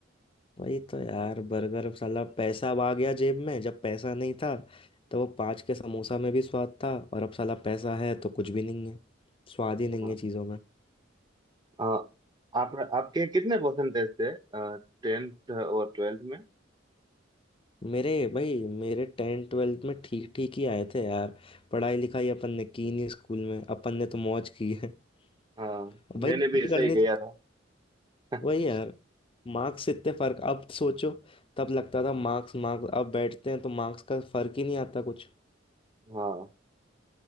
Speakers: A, on the left (about 30°); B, on the right (about 20°).
A: वही तो यार बर्गर साला पैसा अब आ गया जेब में जब पैसा नहीं था तो वो पाँच के समोसा में भी स्वाद था और अब साला पैसा है तो कुछ भी नहीं है स्वाद ही
B: हाँ
A: नहीं है चीज़ों में
B: अ, आप आपके कितने परसेंटेज थे टेंथ और ट्वेल्थ में
A: मेरे भाई मेरे टेंथ ट्वेल्थ में ठीक ठीक ही आए थे यार पढ़ाई लिखाई अपन ने की नहीं स्कूल में अपन ने तो मौज की है
B: हाँ
A: <laughs> भाई
B: मैंने
A: मौज
B: भी
A: ही
B: ऐसा
A: करनी
B: ही किया था <laughs>
A: वही यार मार्क्स इतने फर्क अब सोचो तब लगता था मार्क्स मार्क्स अब बैठते हैं तो मार्क्स का फर्क ही नहीं आता कुछ
B: हाँ